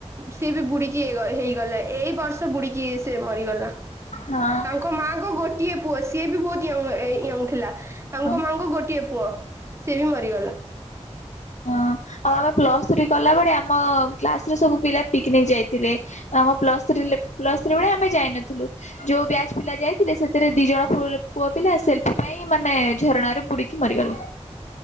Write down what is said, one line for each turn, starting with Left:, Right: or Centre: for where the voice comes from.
Right: ସିଏ ବି ବୁଡିକି ହେ ହେଇଗଲା ଏଇ ବର୍ଷ ବୁଡିକି ସେ ମରିଗଲା।
Left: ହଁ
Right: ତାଙ୍କ ମାଙ୍କ ଗୋଟିଏ ପୁଅ ସିଏ ବି ବହୁତ ୟଙ୍ଗ ୟଙ୍ଗ ଥିଲା ତାଙ୍କ
Left: ହଁ।
Right: ମାଙ୍କ ଗୋଟିଏ ପୁଅ। ସିଏ ବି ମରିଗଲା।
Left: ହଁ ଆଉ ଆମେ ପ୍ଲସ୍ ଥ୍ରୀ କଲା ବଳେ ଆମ କ୍ଲାସରେ ସବୁ ପିଲା ପିକନିକ ଯାଇଥିଲେ। ଆମ ପ୍ଲସ୍ ଥ୍ରୀ ଲେ ପ୍ଲସ୍ ଥ୍ରୀ ଭଳେ ଆମେ ଯାଇନଥିଲୁ। ଯୋଉ ବ୍ୟାଚ୍ ପିଲା ଯାଇଥିଲେ ସେଥିରେ ଦି ଜଣ ଫୁ ପୁଅ ପିଲା ସେଲ୍ଫି ପାଇଁ ମାନେ ଝରଣାରେ ବୁଡି କି ମରିଗଲେ